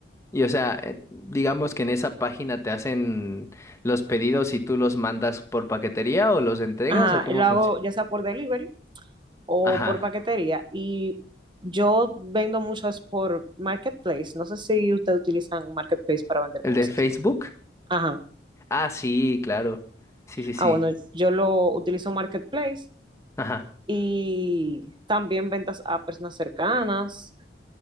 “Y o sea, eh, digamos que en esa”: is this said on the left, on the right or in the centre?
Left